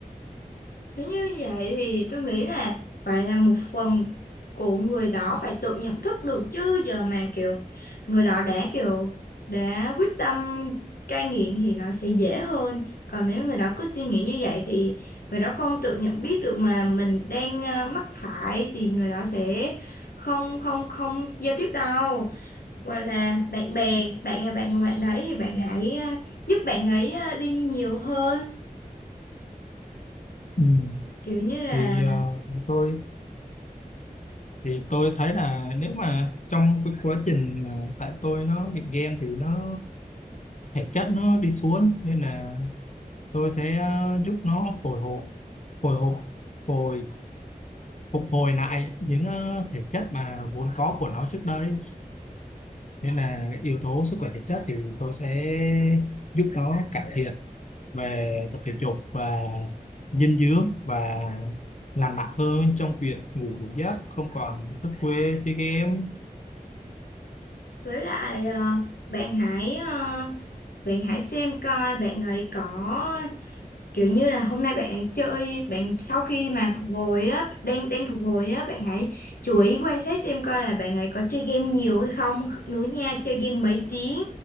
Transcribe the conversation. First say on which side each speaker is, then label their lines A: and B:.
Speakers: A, on the left; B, on the left.
A: Nếu như vậy thì tôi nghĩ là phải là một phần của người đó phải tự nhận thức được chứ giờ mà kiểu người đó đã kiểu đã quyết tâm cai nghiện thì nó sẽ dễ hơn. Còn nếu người đó cứ suy nghĩ như vậy thì người đó không tự nhận biết được mà mình đang ờ, mắc phải thì người đó sẽ không không không giao tiếp đâu. Hoặc là bạn bè, bạn là bạn của bạn đấy thì bạn hãy ờ, giúp bạn ấy ờ, đi nhiều hơn.
B: Ừ.
A: Kiểu như là
B: thì ờ, tôi thì tôi thấy là nếu mà trong cái quá trình mà tại tôi nó nghiện game thì nó thể chất nó đi xuống nên là tôi sẽ ờ, giúp nó phổi hộ phổi hộ phổi phục hồi lại những ờ, thể chất mà vốn có của nó trước đây nên là yếu tố sức khỏe thể chất thì tôi sẽ giúp nó cải thiện về tập thể dục và dinh dưỡng và lành mạnh hơn trong việc ngủ đủ giấc không còn thức khuya chơi game
A: với lại ờ, bạn hãy ờ, bạn hãy xem coi bạn ấy có kiểu như là hôm nay bạn chơi bạn sau khi mà phục hồi á đang đang phục hồi á bạn hãy chú ý quan sát xem coi là bạn ấy có chơi game nhiều hay không nữa nha chơi game mấy tiếng